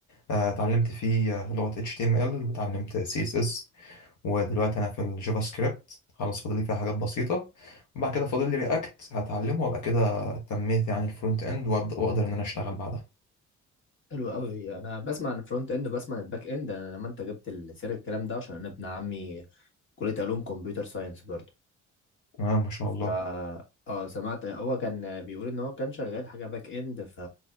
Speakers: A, on the left; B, on the left.
A: آه، اتعلمت فيه آه، لغة HTML وتعلمت CSS ودلوقتي انا في الجافا سكريبت خلاص فاضل لي فيها حاجات بسيطة وبعد كده فاضل لي رياكت هتعلمه وابقى كده تميت يعني الفرونت اند وأبدأ- واقدر ان انا اشتغل بعدها
B: حلو قوي انا بسمع عن الفرونت اند وبسمع عن الباك اند انا لما انت جبت سير الكلام ده عشان انا ابن عمي كلية علوم كمبيوتر ساينس برضه
A: تمام ما شاء
B: ف
A: الله
B: اه سمعت هو كان بيقول ان هو كان شغال حاجة باك اند ف